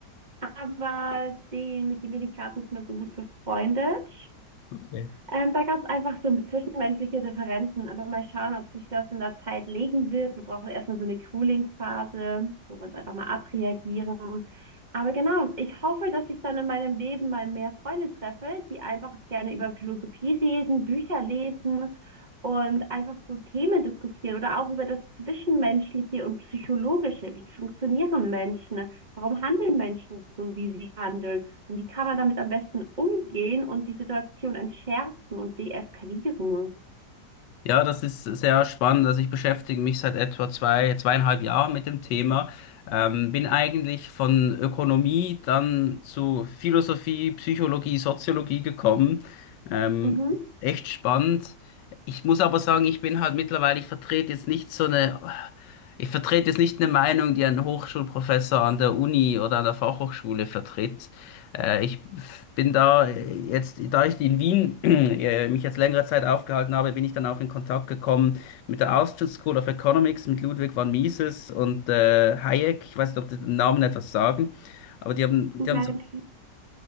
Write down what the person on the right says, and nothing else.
aber den, mit dem bin ich gerade nicht mehr so gut befreundet.
Ähm, da gab es einfach so zwischenmenschliche Differenzen, aber mal schauen, ob sich das in der Zeit legen wird. Wir brauchen erstmal so eine Cooling-Phase, wo wir uns einfach mal abreagieren. Aber genau, ich hoffe, dass ich dann in meinem Leben mal mehr Freunde treffe, die einfach gerne über Philosophie reden, Bücher lesen und einfach so Themen diskutieren oder auch über das Zwischenmenschliche und Psychologische. Wie funktionieren Menschen? Warum handeln Menschen so, wie sie handeln? Und wie kann man damit am besten umgehen und die Situation entschärfen und deeskalieren?
Mhm.
Und
leider nicht.